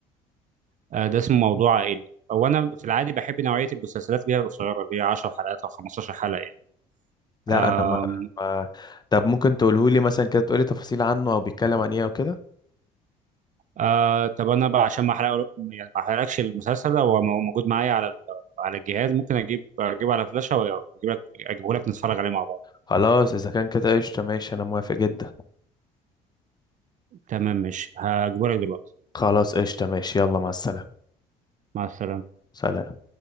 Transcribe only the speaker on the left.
لا
انا ما... ما... طب ممكن تقوله لي مثلا كده تقولي تفاصيل عنه او بيتكلم عن ايه او كده
خلاص اذا كان كده قشطه ماشي انا موافق جدا
خلاص قشطه ماشي يلا مع السلامه
سلام